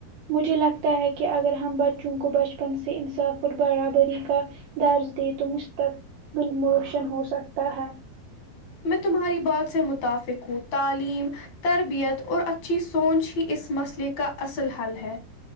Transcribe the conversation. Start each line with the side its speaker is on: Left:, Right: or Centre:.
Right: مجھے لگتا ہے کہ اگر ہم بچوں کو بچپن سے انصاف اور برابری کا درج دیں تو مستقبلموشن ہوسکتا ہے
Left: میں تمہاری بات سے متفق ہوں تعلیم تربیت اور اچھی سوچ ہی اس مسئلے کا اصل حل ہے